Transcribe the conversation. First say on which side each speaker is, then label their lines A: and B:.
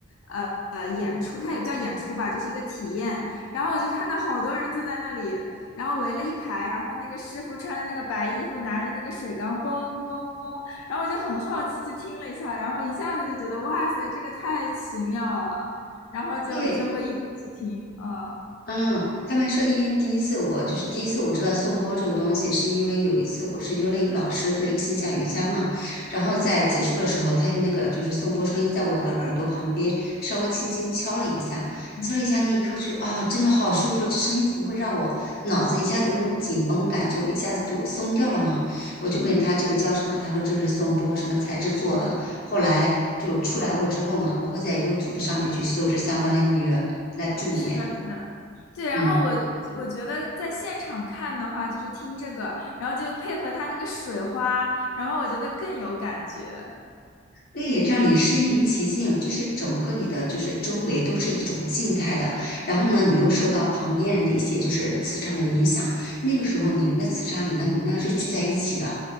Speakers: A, on the left; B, on the left.
A: 呃呃演出，它也不叫演出吧，就是一个体验。然后我就看到好多人坐在那里，然后围了一排，然后那个师傅穿着那个白衣服，拿着那个水缸，嘣嘣嘣，然后我就很好奇去听了一下，然后一下子就觉得哇塞，这个太奇妙了，然后就就会一直去听，
B: 因为。
A: 嗯
B: 嗯，他们说，因为第一次我就是第一次我知道颂钵这个东西，是因为有一次我是约了一个老师做一个线下瑜伽嘛，然后在结束的时候，
A: 嗯
B: 他用那个就是颂钵声音在我的耳朵旁边稍微轻轻敲了一下，
A: 嗯
B: 敲了一下那一刻，我觉得啊、真的好舒服，这声音怎么会让我脑子一下子那种紧绷感就一下子就松掉了嘛？我就问他这个叫什么，
A: 嗯。
B: 他说这个是颂钵什么材质做的，
A: 嗯
B: 后来就出来过之后嘛，我会在 YouTube 上面去搜这相关的音乐来助眠，
A: 是的，是的，对。然后我我我觉得在现场看的话，
B: 嗯。
A: 就是听这个，然后就配合它那个水花，然后我觉得更有感觉。
B: 对，让你身临其境，就是整个你的就是周围都是一种静态的，然后呢，你又受到旁边人的一些就是磁场的影响，
A: 嗯，
B: 那个时候你们的磁场、你们的能量是聚在一起的，